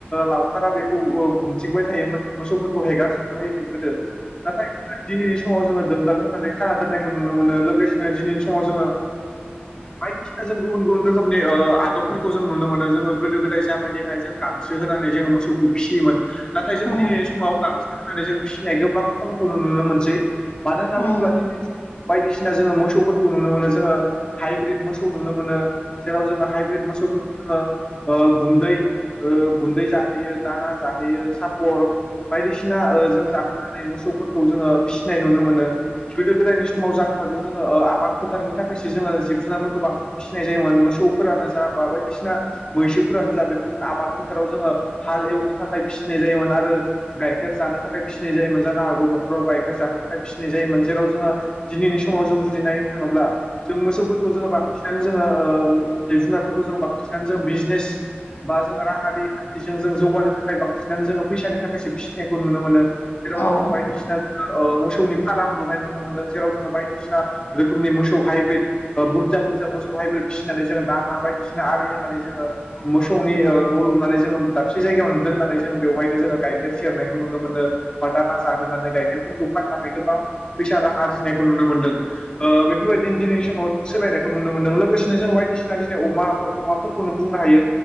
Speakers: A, on the left; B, on the left.
A: लावखारा बेखौ ग ओम गुम। थिंबाय थायोमोन मोसौफोरखौ हेगार होयोमोन गोदो। नाथाय दिनैनि समाव जोङो दोंदाल होननानै खाना दोननायखौ नुनो मोनो लोगोसेनो दिनैनि समाव जोङो। बायदिसिना जों गुबुन गुबुन रोखोम। माने ओ आदबफोरखौ जों नुनो मोनो जोङो गोदो गोदाय जाबायदिहाय जों गांसो होनानै जोङो मोसौखौ फिसियोमोन। नाथाय जों
B: उम
A: दिनैनि
B: उम
A: समाव गांसो होनानै जों फिसिनाय गोबां खमखौ नुनो मोनसै। मानो होनना
B: उम
A: बुङोब्ला दिनै बायदिसिना जोङो मोसौफोरखौ नुनो मोनो जोङो हाइब्रिद मोसौ नुनो मोनो। जेराव जोङो हाइब्रिद मोसौफोरखौ जोङो ओ गुन्दै ओ गुन्दै जाहोयो दाना जा जाहैयो सापर। बायदिसिना ओ जों जाहोनानै मोसौफोरखौ जोङो फिसिनाय नुनो मोनो गोदो गोदायनि समाव जानो हागौ जोङो ओ आबाद फोथारनि थाखायसो जोङो जिब जुनारफोरखौ बांसिन फिसिनाय जायोमोन मोसौफोरानो जा बा बायदिसिना मैसोफोरानो जा बेखौ जों आबाद फोथाराव जोङो हाल एव थाखाय फिनाय जायोमोन आरो गाइखेर जानो थाखाय फिनाय जायोमोन जानो हागौ न'खराव गाइखेर जानो थाखाय फिसि जायोमोन जेराव जोङो दिनैनि समाव जों जुदि नायनो थाङोब्ला जों मोसौफोरखौ जों बांसिननानै जो जोङो ओ जिब जुनारफोरखौ जोङो बांसिनानो जोङो बिजनेस। बा जोङो राङारि खान्थिजों जों जौगानो थाखाय बांसिनानो जोङो फैसानि थाखायसो फिसिनायखौ नुनो मोनो। जेराव
B: औ उम
A: जोङो बायदिसिना। ओ मोसौनि फार्म लुनाय नुनो मोनदों। जेराव जोङो बायदिसिना रोखोमनि मोसौ हाइब्रि ओ बु बुरजा बुरजा मोसौ। हाय फिसिनानै जोङो दाना बायदिसिना आरि होननानै जोङो मोसौनि न' लुनानै जो दाबसे जाय सिगां दोननानै जोङो बेयावहानो जोङो गाइखेर सेरनायखौ नुनो मोनो बा दाना जाहोनानै गाइखेरफोरखौ फाननानै। गोबां फैसा रां आरजिनायखौ नुनो मोनदों ओ बेफोरबायदिनो दिनैनि समाव सोलायनायखौ नुनो मोनदों लोगोसेनो जों बायदिसिना दिनै अमा बा अमाफोरखौनो बुंनो हायो